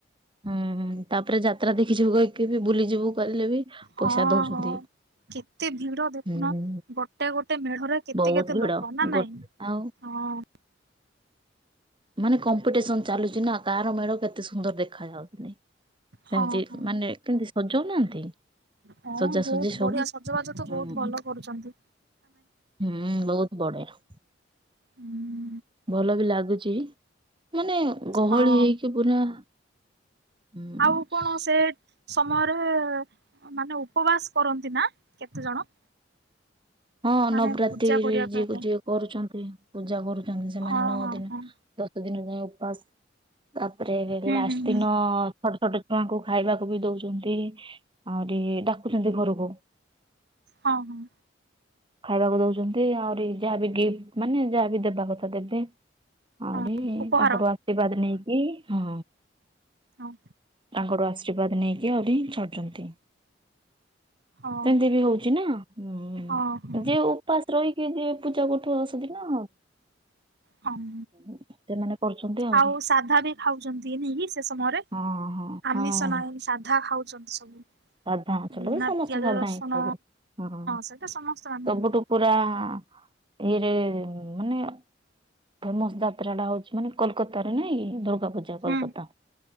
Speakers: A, on the right; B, on the right.
A: ହୁଁ ତାପରେ ଯାତ୍ରା ଦେଖିଯିବୁ କହିକି ବୁଲିଯିବୁ କହିଲେ ବି
B: ହଁ
A: ପଇସା ଦଉଛନ୍ତି।
B: ହଁ। କେତେ ଭିଡ ଦେଖୁନ
A: ହୁଁ
B: ଗୋଟେ ଗୋଟେ ମେଢରେ କେତେ
A: ବହୁତ
B: କେତେ
A: ଭିଡ
B: ଲୋକ ନା
A: ଗୋ
B: ନାଇଁ?
A: ଆଉ
B: ହଁ।
A: ମାନେ କମ୍ପିଟିସନ ଚାଲୁଛି ନା, କାହାର ମେଢ କେତେ ସୁନ୍ଦର ଦେଖା ଯାଉଛି କି ନାଇଁ। ସେମତି
B: ହଁ ହଁ।
A: ମାନେ କେମତି ସଜଉନାହାନ୍ତି?
B: ହଁ
A: ସଜାସଜି
B: ବହୁତ
A: ସବୁ
B: ବଢିଆ ସଜବାଜ ତ
A: ହୁଁ।
B: ବହୁତ ଭଲ କରୁଛନ୍ତି।
A: ହୁଁ ବହୁତ ବଢିଆ।
B: ହୁଁ।
A: ଭଲ ବି ଲାଗୁଛି ମାନେ ଗହଳି
B: ହଁ
A: ହେଇକି ପୁରା ହଁ
B: ଆଉ କଣ ସେ ସମୟରେ ମାନେ ଉପବାସ କରନ୍ତି ନା କେତେ ଜଣ?
A: ହଁ
B: ମାନେ
A: ନବରାତ୍ରି
B: ପୂଜା କରିବା
A: ଯିଏ
B: ପାଇଁ
A: ଯିଏ କରୁଛନ୍ତି ପୂଜା କରୁଛନ୍ତି ସେମାନେ
B: ହଁ
A: ନଅ ଦିନ
B: ହଁ
A: ଦ ଦଶ ଦିନ ଯାଏଁ ଉପାସ ତାପରେ
B: ହଁ
A: ଲାଷ୍ଟ
B: ହୁଁ ହୁଁ ହୁଁ
A: ଦିନ ଛୋଟ ଛୋଟ ଛୁଆଙ୍କୁ ଖାଇବାକୁ ବି ଦଉଛନ୍ତି ଆହୁରି ଡାକୁଛନ୍ତି ଘରକୁ।
B: ହଁ ହଁ।
A: ଖାଇବାକୁ ଦଉଛନ୍ତି ଆହୁରି ଯାହାବି ଗିଫ୍ଟ ମାନେ ଯାହାବି ଦେବା କଥା ଦେବେ। ଆହୁରି
B: ହଁ ଉପହାର
A: ତାଙ୍କର ଆଶୀର୍ବାଦ ନେଇକି ହଁ।
B: ହଁ।
A: ତାଙ୍କଠୁ ଆଶୀର୍ବାଦ ନେଇକି ଆହୁରି ଛାଡୁଛନ୍ତି।
B: ହଁ
A: ସେମିତି ବି ହଉଛି ନା। ହୁଁ
B: ହଁ। ହଁ
A: ଯିଏ ଉପାସ ରହିକି ଯିଏ ପୂଜା କରୁଥିବ ସେଦିନ
B: ହଁ
A: <unintelligible> ଆହୁରି
B: ଆଉ ସାଧା ବି ଖାଉଛନ୍ତି ନାଇ କି ସେ ସମୟରେ?
A: ହଁ ହଁ ହଁ
B: ଆମିଷ ନାହିଁ ସାଧା ଖାଉଛନ୍ତି ସବୁ।
A: ସାଧା ଆଚୁଏଲି
B: ବିନା
A: ସମସ୍ତେ
B: ପିଆଜ
A: ସାଧା
B: ରସୁଣ
A: ହିଁ ଖାଇବେ ହଁ
B: ସେଇଟା ସମସ୍ତେ ମାନନ୍ତି
A: ସବୁଠୁ ପୁରା ଇଏରେ ମାନେ ଫେମସ୍ ଯାତ୍ରା ଟା ହଉଛି ମାନେ କୋଲକାତାରେ ନାଇଁକି ଦୁର୍ଗା ପୂଜା କୋଲକାତା।
B: ହୁଁ